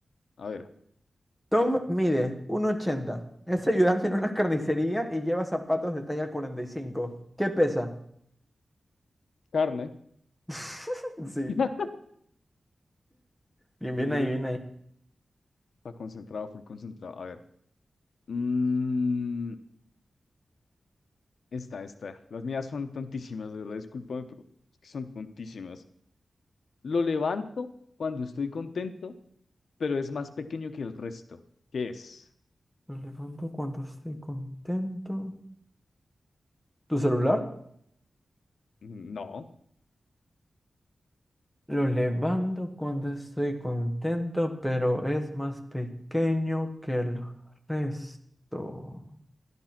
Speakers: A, on the left; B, in the centre.
A: A ver,
B: Tom mide 1,80. Es ayudante en una carnicería y lleva zapatos de talla 45. ¿Qué pesa?
A: carne.
B: <laughs> Sí,
A: <laughs>
B: bien, bien
A: Eh,
B: ahí, bien ahí.
A: está concentrado, full concentrado. A ver. Mm, esta, esta. Las mías son tontísimas, de verdad, discúlpame, pero es que son tontísimas. Lo levanto cuando estoy contento, pero es más pequeño que el resto. ¿Qué es?
B: Lo levanto cuando estoy contento. ¿Tu celular?
A: Mm, No.
B: Lo levanto cuando estoy contento, pero es más pequeño que el resto.